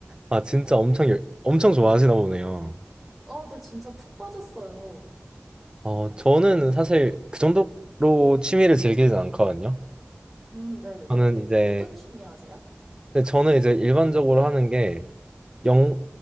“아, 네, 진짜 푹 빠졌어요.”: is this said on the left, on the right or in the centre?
Centre